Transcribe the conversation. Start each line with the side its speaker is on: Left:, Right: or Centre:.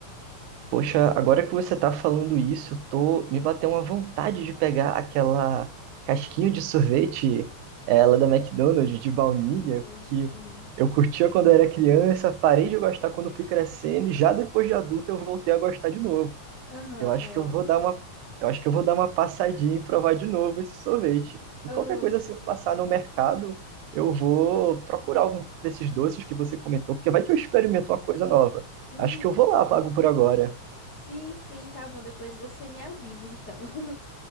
Right: Poxa, agora que você tá falando isso, eu tô me bateu uma vontade de pegar aquela casquinha de sorvete, ela da McDonald's de baunilha,
Left: Hum,
Right: que
Left: sim.
Right: eu curtia quando eu era criança, parei de gostar quando fui crescendo e já depois de adulto eu voltei a gostar de novo.
Left: Aham,
Right: Eu acho
Left: é
Right: que eu
Left: ótimo.
Right: vou dar uma, eu acho que eu vou dar uma passadinha e provar de novo esse sorvete. E
Left: Ah,
Right: qualquer coisa, se eu passar no mercado, eu vou procurar algum desses doces que você comentou, porque vai que eu experimento uma coisa nova.
Left: uhum.
Right: Acho que eu vou lá, pago por agora.
Left: Sim, sim, tá bom. Depois você me avisa, então. <laughs>